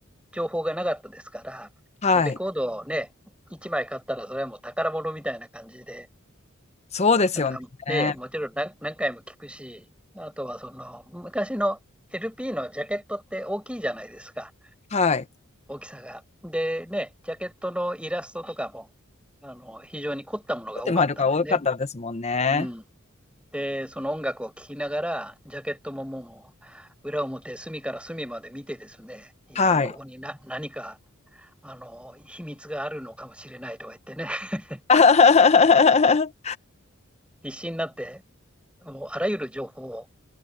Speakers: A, in the centre; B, on the left (about 30°).
A: 情報がなかったですから、
B: はい。
A: もうレコードをね、1枚買ったら、それはもう宝物みたいな感じで、
B: そうですよね。
A: だからね、もちろん何何回も聞くし、あとはその昔の LP のジャケットって大きいじゃないですか、
B: はい。
A: 大きさが。でね、ジャケットのイラストとかもあの非常に凝ったものが多かったんでね。
B: <laughs> ってまるが多かったですもんね。
A: うん、で、その音楽を聴きながら、ジャケットももう裏表、隅から隅まで見てですね、いやー、
B: はい。
A: ここにな何かあの秘密があるのかもしれないとか言ってね、<laughs>
B: <laughs>
A: 必死になって、もうあらゆる情報を